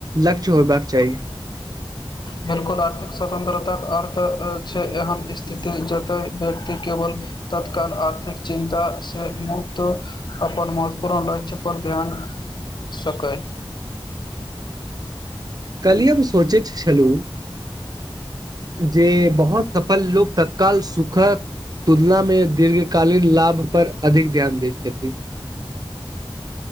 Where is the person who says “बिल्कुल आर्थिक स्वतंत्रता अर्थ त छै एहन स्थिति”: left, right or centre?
Left